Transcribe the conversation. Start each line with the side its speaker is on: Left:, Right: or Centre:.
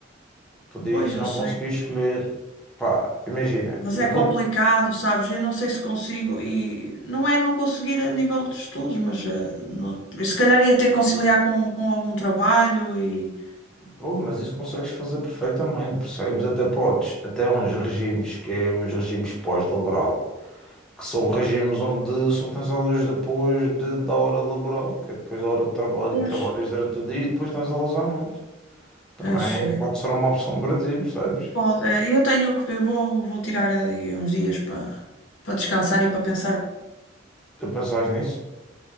Centre: podias
Left: pois
Centre: não
Left: eu sei.
Centre: conseguir escolher. Pá, imagina,
Left: Mas
Centre: eu
Left: é
Centre: vou.
Left: complicado, sabes? Eu não sei se consigo. E não é não conseguir a nível de estudos, mas eh, não- se calhar ia ter que conciliar com, com algum trabalho e.
Centre: Pô, mas isso consegues fazer perfeitamente, percebes? Até podes. Até uns regimes, que é os regimes pós-laboral, que são regimes onde só tens aulas depois de, da hora laboral, que é depois da hora de trabalho
Left: Pois,
Centre: e trabalhas durante o dia e depois tens aulas à noite. Também
Left: eu sei.
Centre: pode ser uma opção para ti, percebes?
Left: Pode, é, eu tenho que ver, vou, vou tirar aí uns dias para para descansar e para pensar
Centre: Tu pensas nisso?